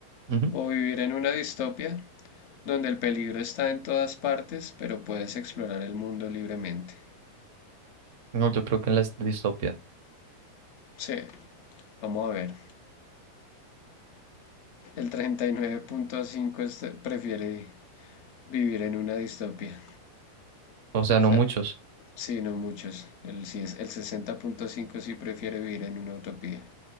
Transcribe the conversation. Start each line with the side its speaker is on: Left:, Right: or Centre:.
Right: Ujú.
Left: o vivir en una distopia donde el peligro está en todas partes, pero puedes explorar el mundo libremente.
Right: No, yo creo que en la distopia.
Left: Sí, vamos a ver. El 39.5 este- prefiere vivir en una distopia.
Right: O sea,
Left: O
Right: no
Left: sea,
Right: muchos.
Left: sí, no muchos. El, sí es- el 60.5 sí prefiere vivir en una utopía.